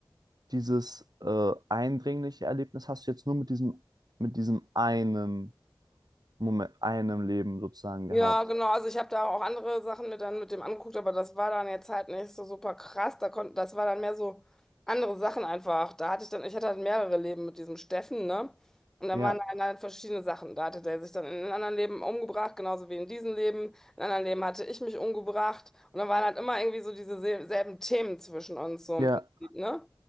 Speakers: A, on the right (about 55°); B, in the centre.
A: dieses äh, eindringliche Erlebnis hast du jetzt nur mit diesem, mit diesem einen Moment, einem Leben sozusagen gehabt.
B: Ja, genau. Also ich habe da auch andere Sachen mit dann mit dem angeguckt, aber das war dann jetzt halt nicht so super krass. Da konnte, das war dann mehr so andere Sachen einfach. Da hatte ich dann, ich hatte halt mehrere Leben mit diesem Steffen, ne? Und da
A: Ja,
B: waren dann halt verschiedene Sachen. Da hatte der sich dann in einem anderen Leben umgebracht, genauso wie in diesem Leben. In einem anderen Leben hatte ich mich umgebracht. Und dann waren halt immer irgendwie so diese sel- selben Themen zwischen uns, so im
A: ja,
B: Prinzip, ne?